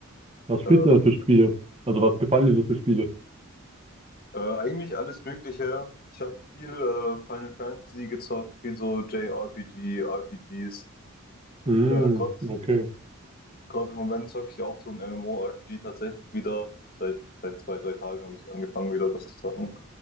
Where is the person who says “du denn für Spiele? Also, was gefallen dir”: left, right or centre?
Right